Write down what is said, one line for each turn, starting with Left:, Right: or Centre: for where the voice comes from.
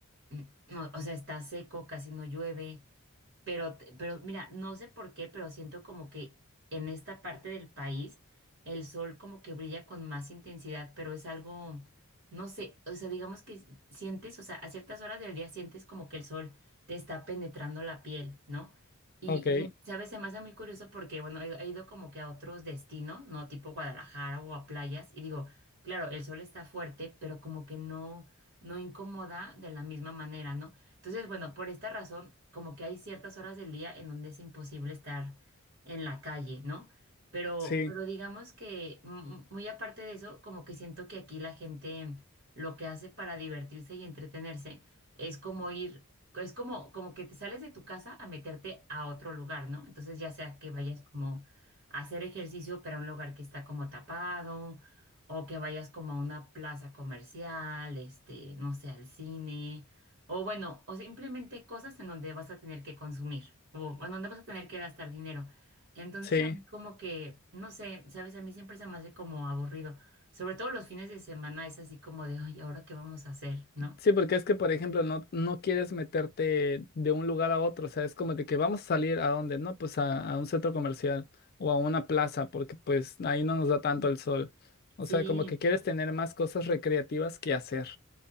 Right: mm, no, o sea, está seco, casi no llueve pero, te- pero mira, no sé por qué, pero siento como que en esta parte del país el sol como que brilla con más intensidad, pero es algo, no sé, o sea, digamos que s- sientes, o sea, a ciertas horas del día sientes como que el sol te está penetrando la piel, ¿no? Y,
Left: ok,
Right: y se- sabes, se me hace muy curioso porque, bueno, he, he ido como que a otros destinos, ¿no? Tipo Guadalajara o a playas, y digo, claro, el sol está fuerte, pero como que no, no incomoda de la misma manera, ¿no? Entonces, bueno, por esta razón, como que hay ciertas horas del día en donde es imposible estar en la calle, ¿no? Pero,
Left: sí,
Right: pero digamos que mm, muy aparte de eso, como que siento que aquí la gente lo que hace para divertirse y entretenerse es como ir, es como, como que te sales de tu casa a meterte a otro lugar, ¿no? Entonces, ya sea que vayas como a hacer ejercicio, pero a un lugar que está como tapado, o que vayas como a una plaza comercial, este, no sé, al cine. O bueno, o simplemente cosas en donde vas a tener que consumir o en donde vas a tener que gastar dinero. Entonces,
Left: sí.
Right: a mí como que, no sé, sabes, a mí siempre se me hace como aburrido. Sobre todo los fines de semana es así como de, ay, ¿ahora qué vamos a hacer? ¿No?
Left: Sí, porque es que, por ejemplo, no, no quieres meterte de un lugar a otro, o sea, es como de que vamos a salir a dónde, ¿no? Pues a, a un centro comercial o a una plaza, porque pues ahí no nos da tanto el sol. O
Right: Sí,
Left: sea, como que quieres tener más cosas recreativas que hacer.